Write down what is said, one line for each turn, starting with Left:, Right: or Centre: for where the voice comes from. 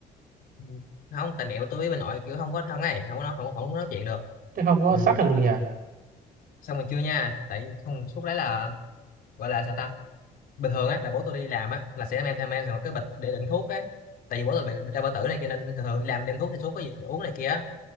Left: Ừ. không tại mẹ tôi với bà nội kiểu không có thân ấy không có nói- không không có nói chuyện được
Right: thế không có
Left: ừ.
Right: xác thực được nhỉ
Left: xong rồi chưa nha tại không suốt đấy là gọi là sao ta bình thường á là bố tôi đi làm á là sẽ mang theo mang theo một cái bịch để đựng thuốc á tại vì bố tôi bị đau bao tử này kia nên thường thường đi làm đem thuốc đi xuống có gì để uống này kia á.